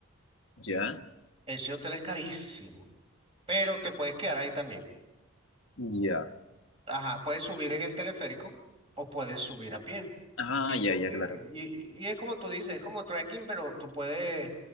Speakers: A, on the left (about 65°); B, on the right (about 25°).
A: Ya.
B: Ese hotel es carísimo, pero te puedes quedar ahí también.
A: Ya.
B: Ajá, puedes subir en el teleférico o puedes subir a pie.
A: Ah,
B: Si
A: ya,
B: tú,
A: ya,
B: eh,
A: claro.
B: y, y es como tú dices, es como trekking, pero tú puedes